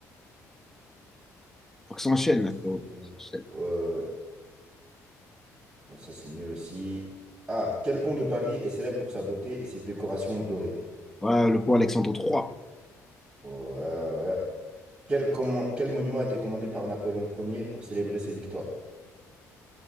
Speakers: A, in the centre; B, on the right.
A: Faut que ça enchaîne,
B: Ça,
A: là,
B: c'est
A: frérot.
B: nul.
A: Ça enchaîne.
B: Ouais, ouais, ouais. Non, Ça, c'est nul aussi. Ah, quel pont de Paris est célèbre pour sa beauté et ses décorations dorées?
A: Ouais, le pont Alexandre III.
B: Ouais, ouais. Quel, commo- quel monument a été commandé par Napoléon Ier pour célébrer ses victoires?